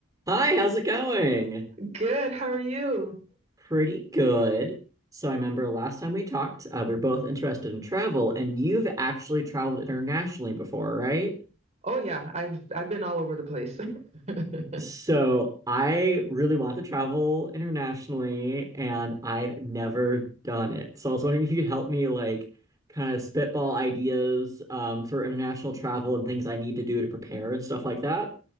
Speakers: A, on the right; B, on the right.
A: Hi, how's it going?
B: Good. How are you?
A: Pretty good. So I remember last time we talked, uh, we are both interested in travel, and you've actually traveled internationally before, right?
B: Oh yeah, I've I've been all over the place. <laughs>
A: So I really want to travel internationally, and I've never done it. So I was wondering if you could help me, like, kind of spitball ideas um, for international travel and things I need to do to prepare and stuff like that.